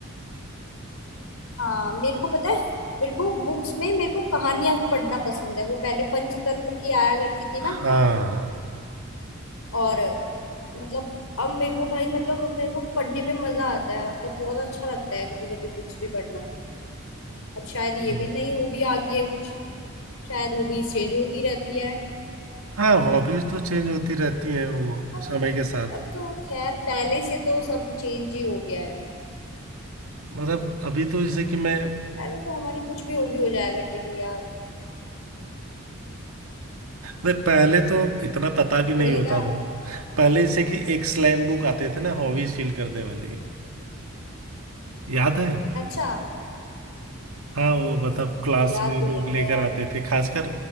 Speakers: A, on the left (about 85°); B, on the right (about 80°).
A: हाँ मेरे को पता है मेरे को बुक्स में मेरे को कहानियां पढ़ना पसंद है वो पहले पंचतंत्र की आया करती थी ना
B: हाँ
A: और मतलब अब मेरे को भाई मतलब अब मेरे को पढ़ने में मजा आता है मतलब बहुत अच्छा लगता है कभी कभी बुक्स भी पढ़ना अब शायद ये
B: हम्म।
A: भी नई हॉबी आ गई है कुछ शायद हॉबीज चेंज होती रहती है
B: हाँ हॉबीज तो चेंज होती रहती हैं वो
A: अब
B: समय के साथ
A: अब तो खैर पहले से तो सब चेंज ही हो गया है
B: मतलब अभी तो जैसे कि मैं
A: पहले तो हमारी कुछ भी हॉबी हो जाया करती थी यार
B: नहीं पहले तो इतना पता भी नहीं
A: वही
B: होता
A: ना
B: था पहले जैसे कि एक स्लैम बुक आते थे ना हॉबीज फील करने वाली याद है
A: अच्छा
B: हाँ वो मतलब क्लास
A: याद
B: में
A: तो
B: लोग
A: नहीं
B: लेकर
A: है यार
B: आते थे खासकर